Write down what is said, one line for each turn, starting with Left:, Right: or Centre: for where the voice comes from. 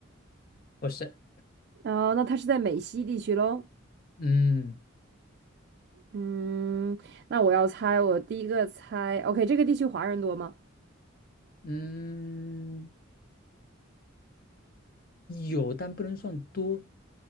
Left: 不是。
Right: 啊，那它是在美西地区喽。
Left: 嗯
Right: 嗯，那我要猜，我第一个猜，OK，这个地区华人多吗？
Left: 嗯，有，但不能算多。